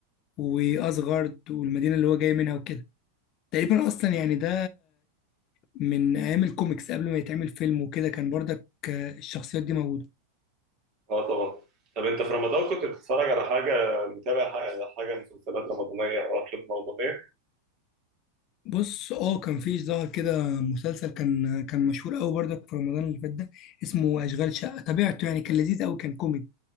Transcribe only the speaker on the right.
اه طبعا طب انت في رمضان كنت بتتفرج على حاجه متابع حاجه حاجة مسلسلات رمضانيه او افلام رمضانيه؟